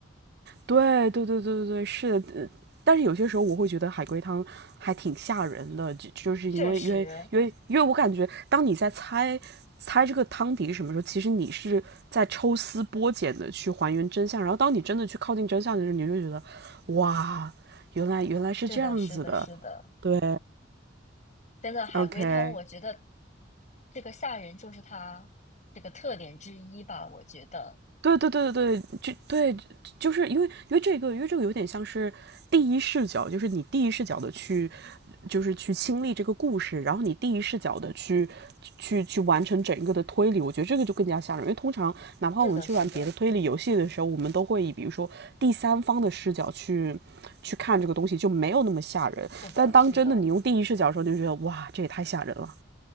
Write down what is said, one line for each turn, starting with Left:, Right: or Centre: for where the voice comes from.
Right: 对对对对对对，是的，但是有些时候我会觉得海龟汤还挺吓人的，就就是因为因为因为因为我感觉当你在猜猜这个汤底是什么时候，
Left: 确实，
Right: 其实你是在抽丝剥茧的去还原真相，然后当你真的去靠近真相的时候，你就觉得哇，原来原来是这样子的，
Left: 是的，是的，是的，
Right: 对
Left: 真的海龟汤，
Right: ，OK，
Left: 我觉得这个吓人就是它这个特点之一吧。我觉得
Right: 对对对对对，就对，就是因为因为这个，因为这个有点像是第一视角，就是你第一视角的去，就是去亲历这个故事，然后你第一视角的去去去完成整个的推理，我觉得这个就更加吓人。因为通常哪怕我们去玩别的推理游戏的时候，
Left: 是的，是的，
Right: 我们都会以比如说第三方的视角去去看这个东西，就没有那么吓人。
Left: 是的，
Right: 但当真的你用第一视角的时候，
Left: 是的。
Right: 你就觉得哇，这也太吓人了